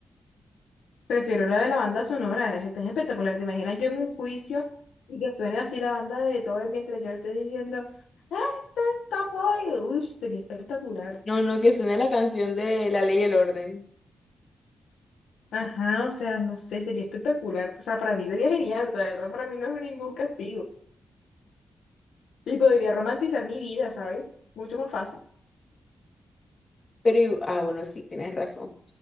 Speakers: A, on the left; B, on the left.
A: Prefiero la de la banda sonora, es, es espectacular. ¿Te imaginas yo en un juicio y que suene así la banda de Beethoven mientras yo le estoy diciendo, ¡Ah, este es Topoi! Uy, sería espectacular.
B: No, no, que suene la canción de La Ley y el Orden.
A: Ajá, o sea, no sé, sería espectacular. O sea, para mí sería genial, o sea, eso para mí no es ningún castigo. Y podría romantizar mi vida, ¿sabes? Mucho más fácil.
B: Pero, igu- ah, bueno, sí, tienes razón.